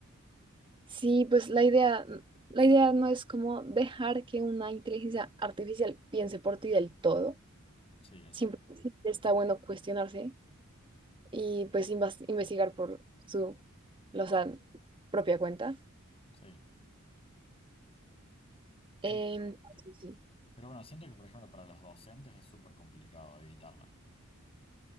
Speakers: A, on the right (about 25°); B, on the left (about 25°).
A: Sí, pues la idea, mm, la idea no es como dejar que una inteligencia artificial piense por ti del todo.
B: Sí, exacto.
A: Siempre está bueno cuestionarse y pues invas- investigar por su, o sea, propia cuenta.
B: Sí,
A: Em,
B: sí, totalmente.
A: sí, sí.
B: Pero bueno, siento que, por ejemplo, para los docentes es súper complicado evitarla.